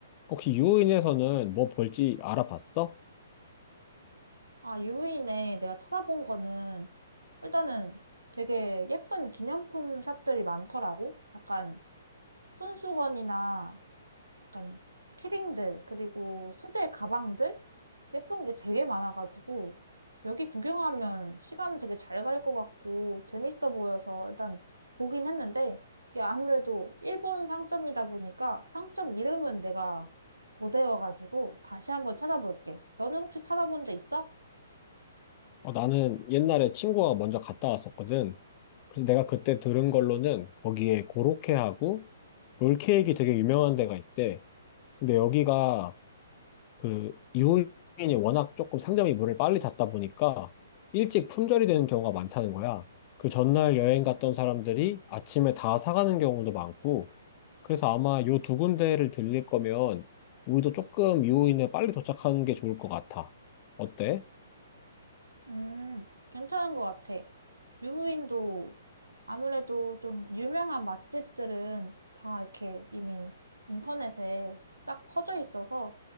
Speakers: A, on the left (about 30°); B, on the right (about 80°).
A: 혹시 유인에서는 뭐 볼지 알아봤어?
B: 아, 유후인에 내가 찾아본 거는 일단은 되게 예쁜 기념품 샵들이 많더라고. 약간 손수건이나 약간 키링들, 그리고 수제 가방들? 예쁜 게 되게 많아가지고, 여기 구경하면 시간 되게 잘 갈 것 같고, 재밌어 보여서 일단 보긴 했는데, 이게 아무래도 일본 상점이다 보니까 상점 이름은 내가 못 외워가지고 다시 한번 찾아볼게. 너는 혹시 찾아본 데 있어?
A: 어, 나는 옛날에 친구가 먼저 갔다 왔었거든. 그래서 내가 그때 들은 걸로는 거기에 고로케하고 롤케이크 되게 유명한 데가 있대. 근데 여기가 그 이호인이 워낙 조금 상점이 물을 빨리 닫다 보니까 일찍 품절이 되는 경우가 많다는 거야. 그 전날 여행 갔던 사람들이 아침에 다 사가는 경우도 많고, 그래서 아마 요 두 군데를 들릴 거면 우리도 조금 유호인에 빨리 도착하는 게 좋을 것 같아. 어때?
B: 음, 괜찮은 것 같아. 유후인도 아무래도 좀 유명한 맛집들은 다 이렇게 이미 인터넷에 쫙 퍼져 있어서